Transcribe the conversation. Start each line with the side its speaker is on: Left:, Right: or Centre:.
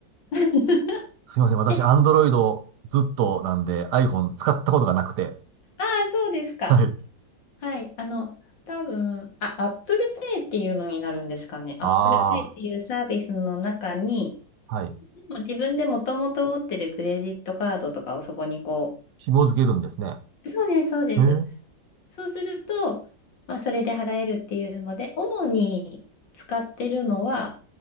Left: <laughs>
Right: すいません。私、
Left: で、
Right: アンドロイドずっとなんで、iPhone 使ったことがなくて。
Left: ああ、そうですか。
Right: はい。
Left: はい。あの、多分、あ、Apple Pay っていうのになるんですかね。Apple
Right: あ
Left: Pay っていうサービスの中に、
Right: あ、はい。
Left: でも自分でもともと持ってるクレジットカードとかをそこにこ
Right: 紐付けるんですね。へ
Left: う、そうです、そうです。
Right: え。
Left: そうすると、まあ、それで払えるっていうので、主に使ってるのは、